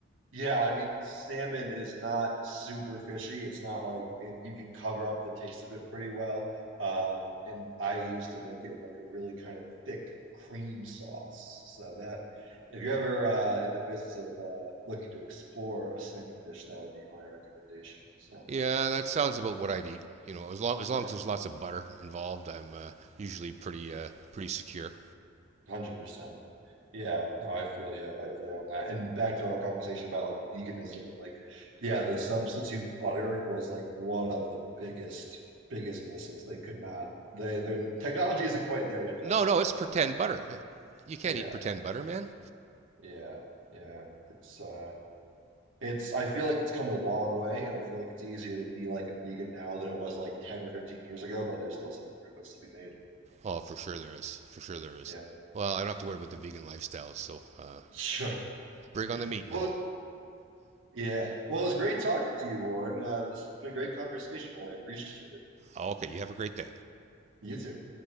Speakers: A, on the right (about 65°); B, on the right (about 30°).
A: yeah, I mean salmon is not super fishy. It's not like it, you can cover up the taste of it pretty well. Um and I used to make it in like a really kind of thick cream sauce. So that if you're ever uh in the business of uh looking to explore a salmon dish, that would be my recommendation. So
B: Yeah, that sounds about what I'd eat. You know, as long as
A: yeah,
B: long as there's lots of butter involved, I'm uh, usually pretty uh, pretty secure.
A: 100%. Yeah, no, I feel you. I feel you on that. And back to our conversation about like veganism and like, yeah, the substitute butter was like one of the biggest, biggest misses. They could not, they, their technology isn't quite there yet to
B: No,
A: replicate
B: no, it's
A: butter.
B: pretend butter. You can't
A: Yeah,
B: eat pretend butter, man.
A: yeah, yeah. It's, uh, it's, I feel like it's come a long way and I feel like it's easier to be like a vegan now than it was like 10 or 15 years ago, but there's still some improvements to be made.
B: Oh, for sure there is. For sure there is.
A: Yeah,
B: Well, I don't have to
A: yeah,
B: worry about the vegan lifestyle. So uh,
A: sure.
B: bring on the meat,
A: Well,
B: man.
A: Yeah. Well, it was great talking to you, Warren. Uh, this has been a great conversation, and I appreciate it.
B: Okay, you have a great day.
A: You too.